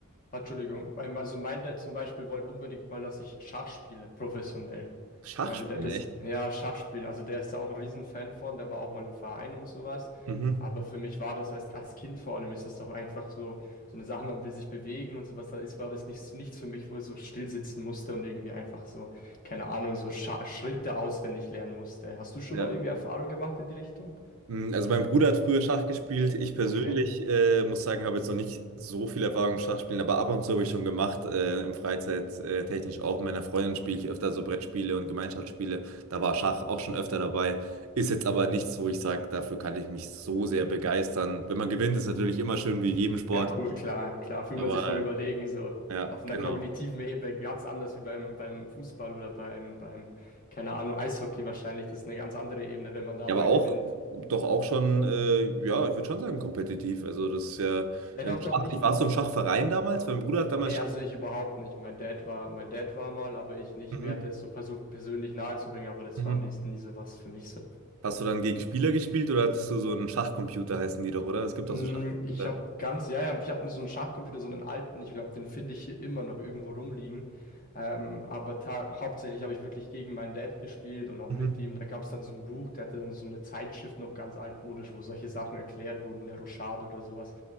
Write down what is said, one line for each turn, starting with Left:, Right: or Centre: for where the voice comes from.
Left: Ah, Entschuldigung, beim- also mein Dad zum Beispiel wollte unbedingt mal, dass ich Schach spiele, professionell.
Right: Schachspielen,
Left: Quasi, der hat das,
Right: echt?
Left: ja, Schach spielen, also der ist da auch ein Riesenfan von, der war auch mal im Verein und sowas.
Right: Mhm.
Left: Aber für mich war das als, als Kind vor allem, ist es doch einfach so, so eine Sache, man will sich bewegen und sowas, da ist, war das nichts, nichts für mich, wo ich so still sitzen musste und irgendwie einfach so, keine Ahnung, so Scha Schritte auswendig lernen musste. Hast du schon
Right: Ja.
Left: mal irgendwie Erfahrung gemacht in die Richtung?
Right: Mm, Also mein Bruder hat früher Schach gespielt. Ich persönlich
Left: Okay.
Right: äh, muss sagen, habe jetzt noch nicht so viel Erfahrung im Schachspielen, aber ab und zu habe ich schon gemacht, äh, im Freizeit äh, technisch auch. Mit meiner Freundin spiele ich öfter so Brettspiele und Gemeinschaftsspiele. Da war Schach auch schon öfter dabei. Ist jetzt aber nichts, wo ich sage, dafür kann ich mich so sehr begeistern. Wenn man gewinnt, ist natürlich immer schön wie in jedem Sport.
Left: Ja, cool, klar, klar, fühlt
Right: Aber
Left: man sich voll überlegen, so
Right: ja,
Left: auf einer
Right: genau.
Left: kognitiven Ebene, ganz anders wie beim, beim Fußball oder beim, beim, keine Ahnung, Eishockey wahrscheinlich. Das ist eine ganz andere Ebene, wenn man da
Right: Ja,
Left: mal
Right: aber auch,
Left: gewinnt.
Right: doch auch schon, äh, ja, ich würde schon sagen, kompetitiv. Also das ist ja
Left: Ja,
Right: im
Left: doch, doch,
Right: Schach.
Left: nicht.
Right: Ich war so im Schachverein damals, mein Bruder hat damals
Left: Nee,
Right: Schach,
Left: also ich überhaupt nicht. Mein Dad war, mein Dad war mal, aber ich nicht.
Right: Mhm.
Left: Mir hat er es so versucht, persönlich nahezubringen, aber das
Right: Mhm.
Left: war nie, nie so was für mich so.
Right: Hast du dann gegen Spieler gespielt oder hattest du so einen Schachcomputer, heißen die doch, oder? Es gibt
Left: Mm,
Right: auch so Schachcomputer.
Left: Ich habe ganz, ja, ja, ich hatte so einen Schachcomputer, so einen alten. Ich glaube, den finde ich hier immer noch irgendwo rumliegen. Ähm, aber ta- hauptsächlich habe ich wirklich gegen meinen Dad gespielt und auch
Right: Mhm.
Left: mit ihm. Da gab es dann so ein Buch, der hatte dann so eine Zeitschrift noch ganz altmodisch, wo solche Sachen erklärt wurden, der Rochade oder sowas.